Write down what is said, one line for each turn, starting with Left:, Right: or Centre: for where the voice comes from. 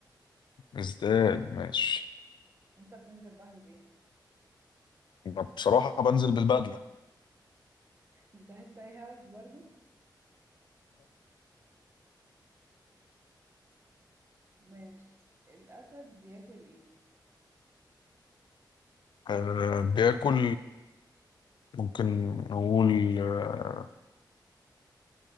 Left: ازاي ماشي
Right: انت بتنزل بحر بإيه
Left: أنا بصراحة بنزل بالبدلة
Right: بتاع التاي هاوس برضو ماشي الأسد بياكل إيه؟
Left: أه بياكل ممكن نقول آه،